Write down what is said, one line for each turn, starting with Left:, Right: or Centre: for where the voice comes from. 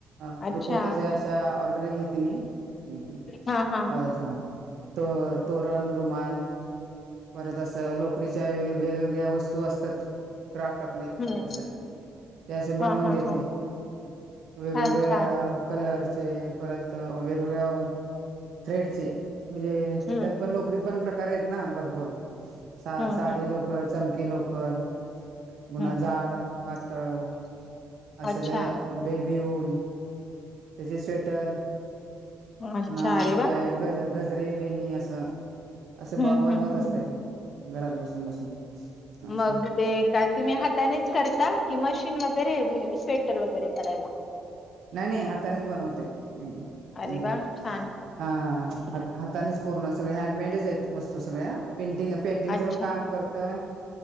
Right: अं
Left: अच्छा
Right: रुकवताच्या अशा ऑर्डरी घेते मी. हम्म
Left: हा हा
Right: अच्छा तो तोरण रुमाल. परत असं लोकरीच्या वेगवेगळ्या वस्तू असतात. क्राफ्ट आपले
Left: हम्म
Right: असं ते असे बनवून
Left: हा हा
Right: देते.
Left: हा
Right: वेगवेगळ्या
Left: छान छान
Right: कलर. चे परत वेगवेगळ्या थ्रेडचे. म्हणजे
Left: हम्म
Right: त्यात पण लोकरीत पण प्रकार आहेत ना भरपूर साधे
Left: हम्म हम्म
Right: लोकर चम. की लोकर. पुन्हा
Left: हम्म
Right: जाड पातळ असे
Left: अच्छा
Right: ते बे. ते वूल त्याचे स्वेटर
Left: अच्छा
Right: पुन्हा
Left: अरे
Right: आपल्या
Left: वा!
Right: गज गजरे वेणी असं असं
Left: हम्म
Right: ब बनवत
Left: हम्म हम्म.
Right: असते घरात बसून बसून. असं
Left: मग ते काय तुम्ही हातानेच करता की मशीन वगैरे वूल. स्वेटर वगैरे करायला.
Right: नाही नाही हातानेच बनवते एकदम
Left: अरे
Right: एकदम.
Left: वा छान
Right: हा हा हातानेच पूर्ण सगळ हँडमेडच आहेत. वस्तू सगळ्या पेंटिंग पेंटिंगचं
Left: अच्छा
Right: पण काम करतोय.